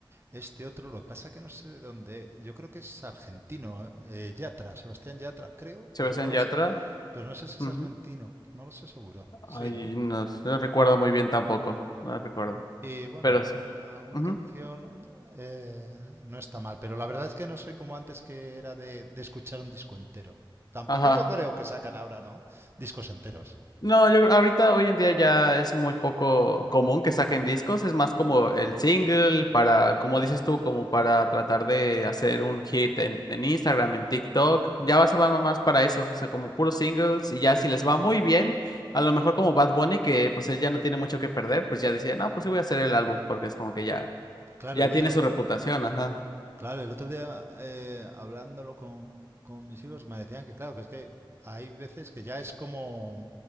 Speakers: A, on the right; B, on the left.
A: este otro, lo que pasa que no sé de dónde, yo creo que es argentino, eh, Yatra, Sebastián Yatra, creo, pero
B: Sebastián
A: no lo
B: Yatra.
A: sé, pero no sé si es
B: Ujú.
A: argentino, no lo sé seguro. Sí,
B: Ay,
A: ¿no?
B: no, sé, no recuerdo muy bien tampoco. No recuerdo.
A: Y bueno,
B: Pero
A: alguna,
B: sí.
A: alguna
B: Ujú.
A: canción eh, no está mal, pero la verdad es que no soy como antes que era de, de escuchar un disco entero. Tampoco
B: Ajá.
A: yo creo que sacan ahora, ¿no? Discos enteros.
B: No, yo creo- ahorita hoy en día ya es muy poco común que saquen discos, es más como el single para, como dices tú, como para tratar de hacer un hit en, en Instagram, en TikTok, ya va, se van más para eso, o sea, como puros singles y ya si les va muy bien, a lo mejor como Bad Bunny, que pues él ya no tiene mucho que perder, pues ya decía, no, pues sí voy a hacer el álbum, porque es como que ya,
A: Claro,
B: ya
A: el
B: tiene
A: otro,
B: su reputación, ajá,
A: Claro, el otro día eh, hablándolo con, con mis hijos me decían que claro, que es que hay veces que ya es como,